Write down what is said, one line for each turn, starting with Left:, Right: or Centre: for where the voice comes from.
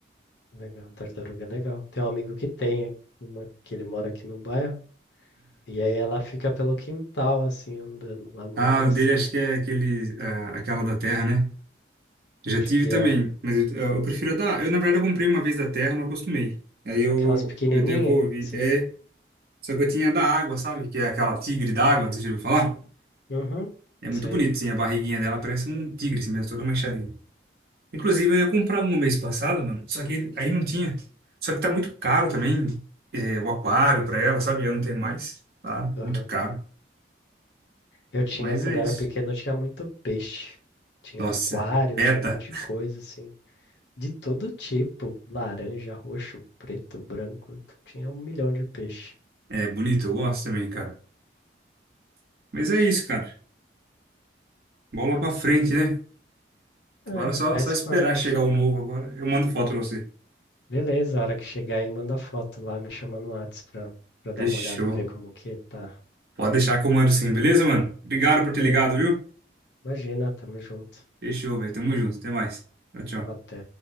Left: Legal, tartaruga é legal. Tem um amigo que tem é uma que ele mora aqui no bairro. E aí ela fica pelo quintal, assim, andando lá, mãe
Right: Ah,
Left: engraçado.
Right: o dele acho que é aquele, ah, aquela da Terra, né? Já
Left: Acho
Right: tive
Left: que
Right: também,
Left: é
Right: mas eu, eu prefiro a da. Eu, na verdade, eu comprei uma vez da Terra, não acostumei. Aí eu,
Left: aquelas pequenininhas,
Right: eu devolvi.
Left: que seja.
Right: É, só que eu tinha da água, sabe? Que é aquela tigre d'água, não sei se você já ouviu falar.
Left: Uhum,
Right: É muito
Left: sei.
Right: bonito, sim, a barriguinha dela parece um tigre, assim mesmo, toda manchadinha. Inclusive, eu ia comprar um mês passado, mano, só que aí não tinha. Só que tá muito caro também, é, o aquário pra ela, sabe? Eu não tenho mais, tá?
Left: Aham.
Right: Muito caro.
Left: Eu tinha,
Right: Mas
Left: quando
Right: é isso.
Left: era pequeno, eu tinha muito peixe. Tinha
Right: Nossa,
Left: aquário,
Right: beta.
Left: tinha um monte de coisa, assim. De todo tipo, laranja, roxo, preto, branco, tinha um milhão de peixe.
Right: É bonito, eu gosto também, cara. Mas é isso, cara. Bola pra frente, né?
Left: É,
Right: Agora é só,
Left: faz
Right: só esperar
Left: parte.
Right: chegar o novo agora. Eu mando foto pra você.
Left: Beleza, a hora que chegar aí, manda foto lá, me chama no Whats pra, pra dar
Right: Fechou.
Left: uma olhada, ver como que tá.
Right: Pode deixar que eu mando sim, beleza, mano? Obrigado
Left: Beleza,
Right: por ter ligado, viu?
Left: imagina, tamo junto.
Right: Fechou, velho. Tamo junto. Até mais. Tchau, tchau.
Left: Até.